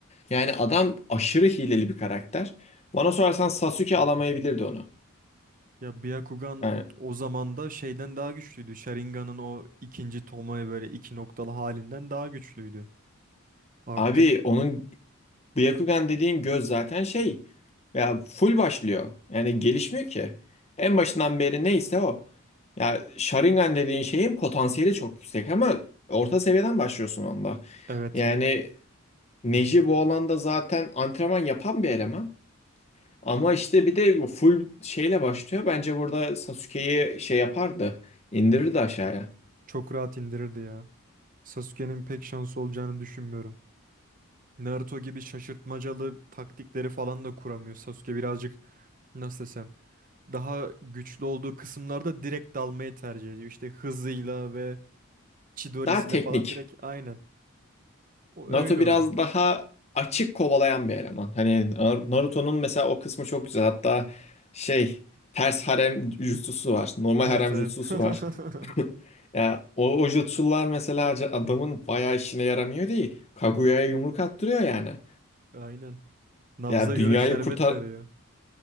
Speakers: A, on the left; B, on the right.
A: Yani adam aşırı hileli bir karakter. Bana sorarsan Sasuke alamayabilirdi onu.
B: Ya Byakugan
A: Yani
B: o zaman da şeyden daha güçlüydü. Sharingan'ın o ikinci tomoya böyle iki noktalı halinden daha güçlüydü. Artık
A: abi onun Byakugan dediğin göz zaten şey ya full başlıyor. Yani gelişmiyor ki. En başından beri neyse o. Ya Sharingan dediğin şeyin potansiyeli çok yüksek ama orta seviyeden başlıyorsun onda.
B: evet
A: Yani Neji bu alanda zaten antrenman yapan bir eleman. Ama işte bir de full şeyle başlıyor. Bence burada Sasuke'yi şey yapardı. indirirdi aşağıya.
B: çok rahat indirirdi ya. Sasuke'nin pek şansı olacağını düşünmüyorum. Naruto gibi şaşırtmacalı taktikleri falan da kuramıyor. Sasuke birazcık nasıl desem daha güçlü olduğu kısımlarda direkt dalmayı tercih ediyor. İşte hızıyla ve Chidori'siyle
A: Daha teknik.
B: falan direkt aynen. O
A: Naruto
B: öyle
A: biraz
B: oynuyor.
A: daha açık kovalayan bir eleman. Hani Nar- Naruto'nun mesela o kısmı çok güzel. Hatta şey ters harem jutsusu var. Normal
B: Evet
A: harem
B: evet.
A: jutsusu
B: <laughs>
A: var. <laughs> Yani o, o jutsular mesela ca- adamın bayağı işine yaramıyor değil. Kaguya'ya yumruk attırıyor yani.
B: Aynen. Nabza
A: Ya
B: göre
A: dünyayı
B: şerbet
A: kurtar...
B: veriyor.